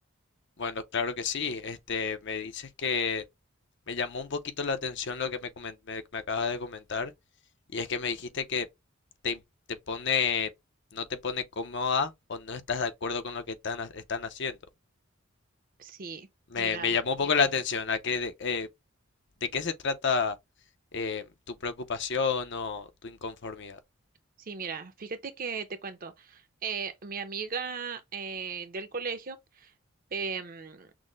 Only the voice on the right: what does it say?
Sí,
mira,
sí, mira, fíjate que te cuento. eh, mi amiga eh, del colegio em,